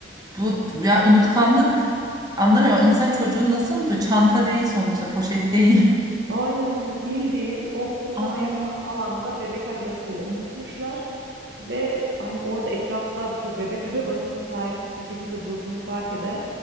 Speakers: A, on the right; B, on the right.
A: bu ya unutkanlık anlamıyorum. İnsan çocuğun nasıl unutuyor? Çanta değil sonuçta, poşet değil.
B: Aynen ya bildiğin o kutlama
A: Aa,
B: yapılan alanda bebek arabasıyla unutmuşlar ve hani orada etrafta bu bebek <laughs> arabasının sahipsiz bir şekilde durduğunu fark eden